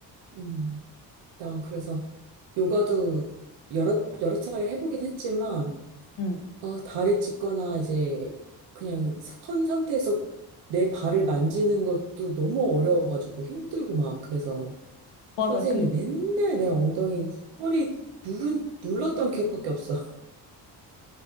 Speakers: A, on the right; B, on the left.
A: 음. 난 그래서 요가도 여러, 여러 차례 해보긴 했지만,
B: 응.
A: 아, 다리 찢거나 이제 그냥 선 상태에서 내 발을 만지는 것도 너무 어려워가지고 힘들고 막 그래서
B: 맞아.
A: 선생님이
B: 근
A: 맨날 내 엉덩이, 허리 누른, 눌렀던 기억밖에 없어.